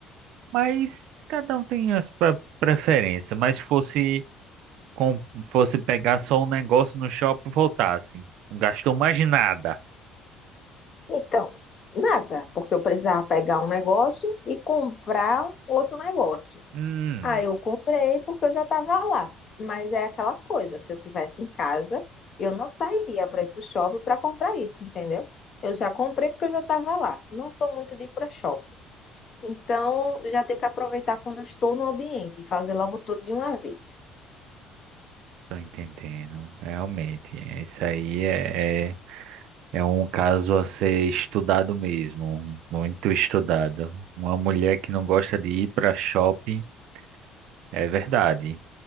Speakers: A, on the right; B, on the left.
A: Mas cada um tem as pre- preferências. Mas se fosse com, fosse pegar só um negócio no shopping e voltasse, não gastou mais nada.
B: Então, nada, porque eu precisava pegar um negócio e comprar outro negócio.
A: Hum,
B: Aí eu comprei porque eu já estava lá. Mas é aquela coisa, se eu tivesse em casa, eu não sairia para ir para o shopping para comprar isso, entendeu? Eu já comprei porque eu já estava lá. Não sou muito de ir para shopping. Então, já tenho que aproveitar quando eu estou no ambiente e fazer logo tudo de uma vez.
A: tô entendendo. Realmente, é, isso aí é, é, é um caso a ser estudado mesmo, muito estudado. Uma mulher que não gosta de ir para shopping É verdade.